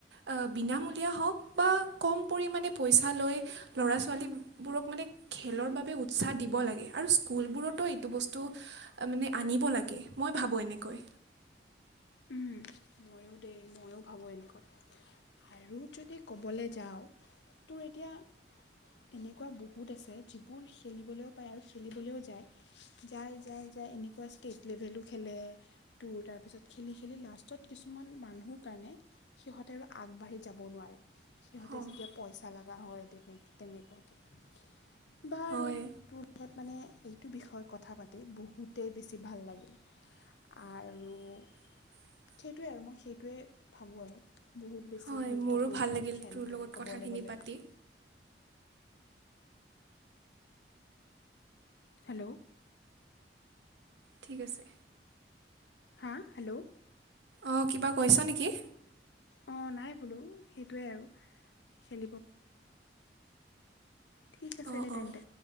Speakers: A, on the right (about 70°); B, on the left (about 75°).
A: অহ বিনামূলীয়া হওক বা কম পৰিমাণে পইচা লৈ ল'ৰা ছোৱালীবোৰক মানে খেলৰ বাবে উৎসাহ দিব লাগে আৰু স্কুলবোৰতো এইটো বস্তু মানে আনিব লাগে মই ভাবোঁ এনেকৈ
B: উম, ময়ো দেই ময়ো ভাবোঁ এনেকই আৰু যদি ক'বলৈ যাওঁ তোৰ এতিয়া এনেকুৱা বহুত আছে যিবোৰ খেলিবলৈও পায় আৰু খেলিবলৈও যায় যায় যায় যে এনেকুৱা ষ্টেট লেভেলো খেলে তোৰ তাৰ পিছত খেলি খেলি লাষ্টত কিছুমান মানুহৰ কাৰণে সিহঁতে আৰু আগবাঢ়ি যাব নোৱাৰে সিহঁতে
A: অ',
B: যেতিয়া পইচা লাগ হয় তেনে তেনেকুৱাকে বাৰু
A: হয়
B: তোৰ লগত মানে বিষয় কথা পাতি বহুতেই বেছি ভাল লাগিল
A: <inaudible>
B: আৰু সেইটোৱে আৰু মই সেইটোৱে ভাবো আৰু বহুত বেছি
A: হয়
B: গুৰুত্বপূৰ্ণ
A: মোৰো ভাল লাগিল
B: হয় খেলটো
A: তোৰ লগত কথাখিনি
B: ক'বলৈ গ'লে
A: পাতি
B: হেল্ল'
A: ঠিক আছে
B: হা হেল্ল'
A: অ কিবা কৈছা নেকি
B: অ নাই বোলো সেইটোৱে আৰু খেলিব ঠিক আছে
A: অঁ
B: দে তেন্তে
A: অঁ